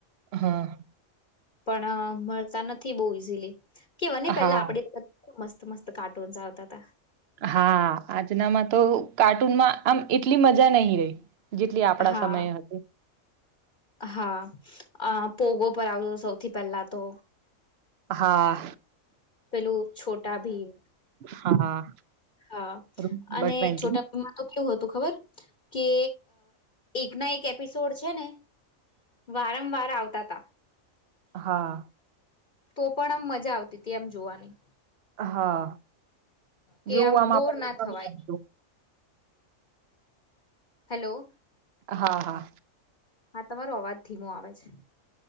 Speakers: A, on the right; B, on the left.
A: હા
B: પણ મળતા નથી બહુ ઈઝીલી કેવા પેલા
A: હા
B: આપડી. મસ્ત મસ્ત કાર્ટુન ચ આવતા હતા.
A: હા આજનામાં તો કાર્ટૂનમાં આમ એટલી મજા નહી રહી. જેટલી આપડા
B: હા
A: સમયે હતી.
B: હા અ પોગો પર આવજો સૌથી પહેલા તો.
A: હા
B: પેલું છોટા ભીમ
A: હા.
B: હા
A: નંબર
B: અને
A: ટ્વેન્ટી
B: છોટા પમ્મા તો કેવું હતું ખબર. કે એકના એક એપિસોડ છે ને વારંવાર આવતા તા
A: હા
B: તો પણ આમ મજા આવતી હતી એમ જોવાની.
A: હા
B: કે
A: જોવું આમ
B: બોર
A: આપણને.
B: ના થવાય હેલો.
A: હા હા
B: હા તમારો અવાજ ધીમો આવે છે.